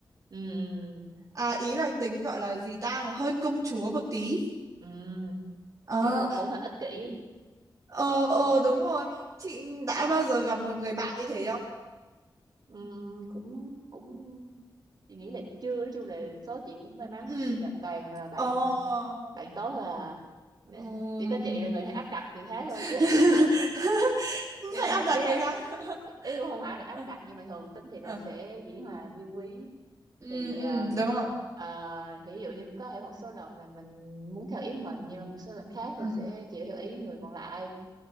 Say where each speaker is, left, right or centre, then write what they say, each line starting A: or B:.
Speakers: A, on the right; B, on the right.
A: ừ
B: à, ý là tính gọi là gì ta là hơi công chúa một tí
A: ừ
B: ờ
A: kiểu hữu cũng hơi ích kỷ
B: Ờ ờ đúng rồi. Chị đã bao giờ gặp một người bạn như thế không?
A: ừ, cũng cũng chị nghĩ là chưa nói chung là số chị cũng may mắn
B: Ừ.
A: chị gặp toàn là bạn
B: Ờ.
A: bạn tốt là <laughs>
B: Ừ.
A: chỉ có chị là người áp đặt người khác
B: <laughs>
A: thôi chứ <laughs> nhưng
B: Hãy
A: mà
B: áp đặt
A: ý
B: người
A: là
B: khác. <laughs>
A: ý cũng không phải là áp
B: Ờ,
A: đặt nhưng mà thường tính chị là
B: ờ.
A: sẽ dĩ hòa vi quý
B: Ừ,
A: thì
B: ừ,
A: ờ,
B: đúng rồi.
A: ờ, thì ví dụ như có thể một số lần là mình muốn theo ý mình nhưng mà một số lần khác
B: Ờ.
A: thì sẽ chịu theo ý người còn lại